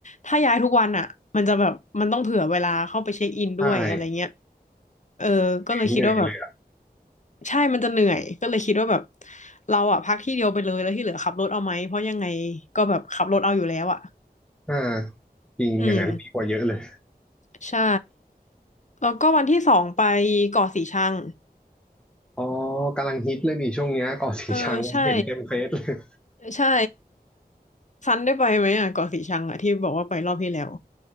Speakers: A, on the left; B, in the centre.
A: ถ้าย้ายทุกวันอ่ะมันจะแบบมันต้องเผื่อเวลาเข้าไปเช็คอินด้วยอะไรเงี้ย
B: ใช่
A: เออก็เลยคิดว่าแบบ
B: เหนื่อยเลยอ่ะ
A: ใช่มันจะเหนื่อยก็เลยคิดว่าแบบเราอ่ะพักที่เดียวไปเลยแล้วที่เหลือขับรถเอาไหมเพราะยังไงก็แบบขับรถเอาอยู่แล้วอ่ะ
B: อ่าจริงอย่างนั้นดีกว่าเยอะเลย
A: อืมใช่แล้วก็วันที่สองไปเกาะสีชัง
B: อ๋อกำลังฮิตเลยนี่ช่วงเนี้ยเกาะสีชังเห็นเต็มเฟซเลย
A: เออใช่ใช่ ซันได้ไปไหมอ่ะเกาะสีชังอ่ะที่บอกว่าไปรอบที่แล้ว